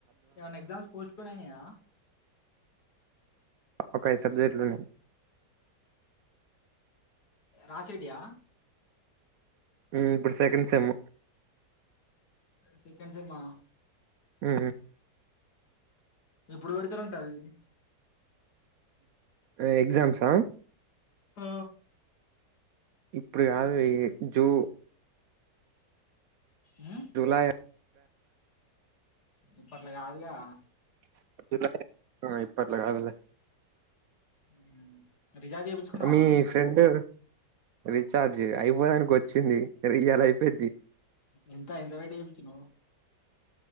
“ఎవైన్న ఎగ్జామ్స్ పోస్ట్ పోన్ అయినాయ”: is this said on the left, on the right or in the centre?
Left